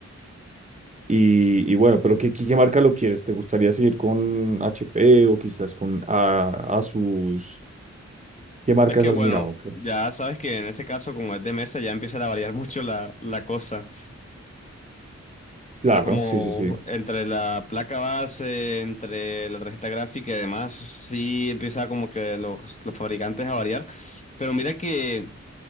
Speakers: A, on the right (about 25°); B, on the left (about 25°).
A: Y, y bueno, pero ¿qué, qué marca lo quieres? ¿Te gustaría seguir con HP o quizás con a, Asus? ¿Qué marcas
B: Es que
A: has
B: bueno,
A: mirado? Ok.
B: ya sabes que en ese caso, como es de mesa, ya empieza a variar <laughs> mucho la, la cosa.
A: Claro,
B: O sea, como
A: sí, sí, sí.
B: entre la placa base, entre la tarjeta gráfica y demás, sí empieza como que los, los fabricantes a variar. Pero mira que